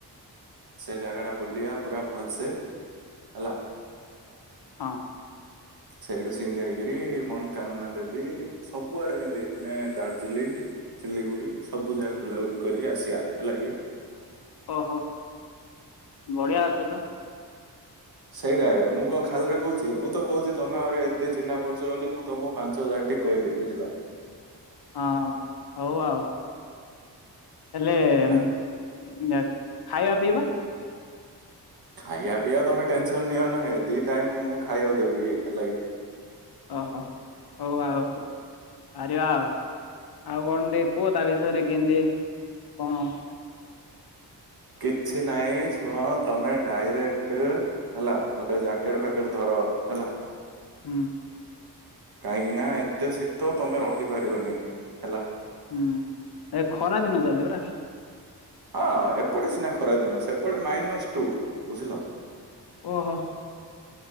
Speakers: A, on the right; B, on the left.
A: ସେ ଜାଗାଟା ବୁଲିବା ପୁରା ଭଲସେ ହେଲା।
B: ହଁ।
A: ସେଇଠୁ ସିତି ହେଇକିରି ମନକାମନା ଦେବି ସବୁଆଡେ ଏମତି ମାନେ ଦାର୍ଜିଲିଂ ସିଲିଗୁଡି ସବୁ ଜାଗା ବୁଲାବୁଲି କରିକି ଆସିବା ହେଲା କିଏ।
B: ଓହୋ ବଢିଆ ଅଛି ତ।
A: ସେଇଟା ଆଜ୍ଞା ମୁ କଣ ଖାଲିରେ କହୁଛି ମୁଁ ତ କହୁଛି ତମେ ଆହୁରି ଏତେ ଚିହ୍ନା ପରିଛ ବୋଲି ମୁଁ ତମକୁ ପାଞ୍ଚ ହଜାର ଠିକ୍ କହିଲି ବୁଝିଲ।
B: ହଁ ହଉ ଆଉ ହେଲେ
A: ଆଉ
B: ଖାଇବା ପିଇବା?
A: ଖାଇବା ପିଇବା ତମେ ଟେନସନ ନିଅନା ହେ ଦି ଟାଇମ ମୁଁ ଖାଇବାକୁ ଦେବି ହେଲାକି।
B: ଓହ ହଉ ଆଉ ବାହାରିବା ଆଉ। ଆଉ କଣ ଟିକେ କୁହ ତା ବିଷୟରେ କେନ୍ତି କଣ?
A: କିଛି ନାଇ ଶୁଣ ତମେ ଡାଇରେକ୍ଟ ହେଲା ଗୋଟେ ଜ୍ୟାକେଟ ଫ୍ୟାକେଟ ଧର ହେଲା।
B: ହୁଁ।
A: କାହିଁକି ନା ଏତେ ଶୀତ ତମେ ରହିପାରିବନି ହେଲା।
B: ହୁଁ ଏ ଖରା ଦିନ ଚାଲିଚି ପରା
A: ହଅ ଏପଟେ ସିନା ଖରା ଦିନ ସେପଟେ ମାଇନସ୍ ଟୁ ବୁଝିଲ।
B: ଓଃ